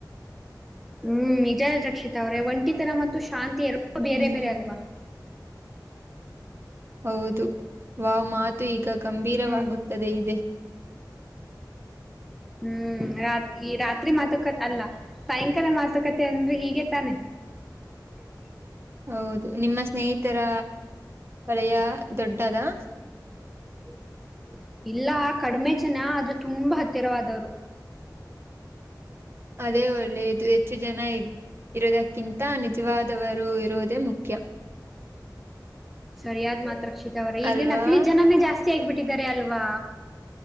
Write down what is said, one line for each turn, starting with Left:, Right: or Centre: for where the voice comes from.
Centre: ಹ್ಮ್ ನಿಜಾ ರಕ್ಷಿತ ಅವ್ರೆ ಒಂಟಿತನ ಮತ್ತು ಶಾಂತಿ ಬೇರೆ
Right: ಹ್ಮ್
Centre: ಬೇರೆ ಅಲ್ವಾ
Right: ಹೌದು ವಾವ್ ಮಾತು ಈಗ ಗಂಭೀರವಾಗುತ್ತದೆ
Centre: ಹ್ಮ್
Right: ಇದೆ
Centre: ಹ್ಮ್ ರಾತ್ ಈ ರಾತ್ರಿ ಮಾತುಕತೆ ಅಲ್ಲ ಸಾಯಂಕಾಲ ಮಾತುಕತೆ ಅಂದ್ರೆ ಹೀಗೆ ತಾನೆ ಎ
Right: ಹೌದು ನಿಮ್ಮ ಸ್ನೇಹಿತರ ವಲಯ ದೊಡ್ಡದಾ
Centre: ಹ್ಮ ಇಲ್ಲ ಕಡಿಮೆ ಜನ ಆದ್ರ ತುಂಬಾ ಹತ್ತಿರವಾದವರು
Right: ಅದೇ ಒಳ್ಳೇದು ಹೆಚ್ಚು ಜನ ಇದೆ ಇರೋದಕ್ಕಿಂತ ನಿಜವಾದವರು ಇರೋದೇ ಮುಖ್ಯ
Centre: ಸರಿಯಾದ್ ಮಾತ್ ರಕ್ಷಿತಾ ಅವರ ಈಗ
Right: ಅಲ್ವಾ
Centre: ನಕ್ಲಿ ಜನಾನೇ ಜಾಸ್ತಿ ಆಗ್ಬಿಟ್ಟಿದ್ದಾರೆ ಅಲ್ವಾ